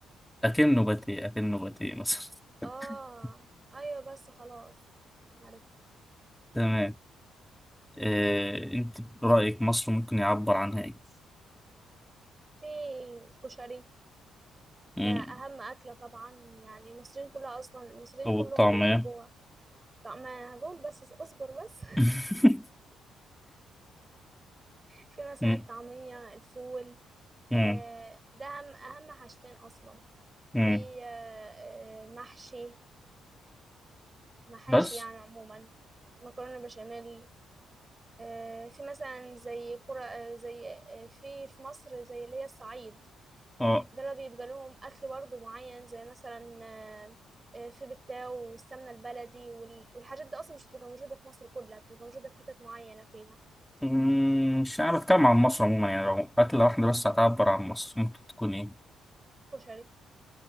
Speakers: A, in the centre; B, on the right (about 25°).
A: أكنه باتيه أكنه باتيه مثلا <laughs>
B: اه ايوه بس خلاص عرفت
A: تمام آه، انت برأيك مصر ممكن يعبر عنها ايه؟
B: في الكشري
A: مم.
B: ده اهم اكلة طبعا يعني المصريين كلها اصلا المصريين
A: أو
B: كلهم
A: الطعمية
B: بيحبوها طب ما انا هقول بس اصبر بس <laughs>
A: <laughs>
B: في مثلا
A: مم.
B: الطعمية الفول
A: مم.
B: آه ده اهم اهم حاجتين اصلا
A: مم.
B: في آه، آه، محشي محاشي
A: بس
B: يعني عموما مكرونة بشاميل آه، في مثلا زي كرة آه، زي آه، في في مصر زي اللي هي الصعيد
A: اه
B: دول بيبقى لهم أكل برضه معين زي مثلا آه، آه، في بتاو والسمنة البلدي وال- والحاجات دي أصلا مش بتبقى موجودة في مصر كلها بتبقى موجودة في حتت معينة فيها
A: مم. مش عارف اتكلم عن مصر عموما يعني لو أكلة واحدة بس هتعبر عن مصر ممكن تكون ايه؟
B: كشري